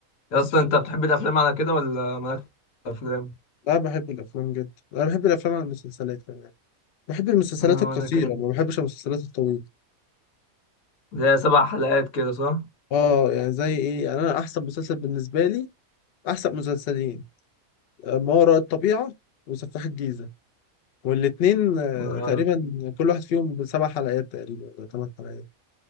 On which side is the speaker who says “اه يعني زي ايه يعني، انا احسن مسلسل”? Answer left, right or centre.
Left